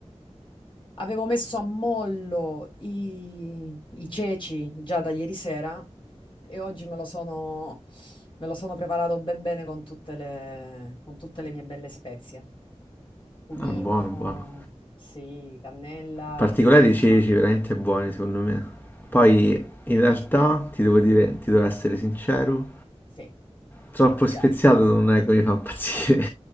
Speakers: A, on the left (about 45°); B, on the left (about 15°).
A: Avevo messo a mollo i, i ceci già da ieri sera e oggi me lo sono, me lo sono preparato ben bene con tutte le, con tutte le mie belle spezie. Cumino,
B: buono, buono.
A: sì, cannella,
B: Particolari
A: curcuma,
B: i ceci, veramente buoni, secondo me. Poi, in realtà, ti devo dire, ti devo essere sincero,
A: sì,
B: troppo
A: non ti
B: speziato
A: piace.
B: non è che mi fa impazzire.